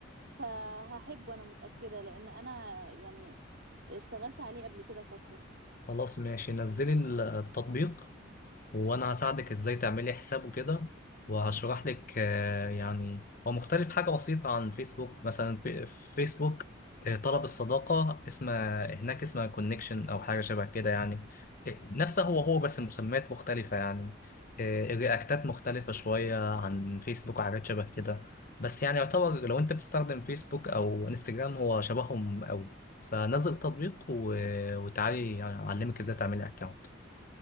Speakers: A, on the right; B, on the left.
A: فهحبه انا متاكده لان انا يعني اشتغلت عليه قبل كده فتره
B: خلاص ماشي نزلي التطبيق وانا هساعدك ازاي تعملي حساب وكده وهشرح لك آه، يعني هو مختلف حاجة بسيطة عن فيسبوك مثلا في في فيسبوك آه، طلب الصداقة اسمها هناك اسمها كونكشن او حاجة شبه كده يعني آه، نفسه هو هو بس مسميات مختلفة يعني آه، الرياكتات مختلفة شوية عن فيسبوك وحاجات شبه كده بس يعني يعتبر لو انت بتستخدم فيسبوك او انستجرام هو شبههم قوي فنزل التطبيق و- وتعالي يعني اعلمك ازاي تعملي اكونت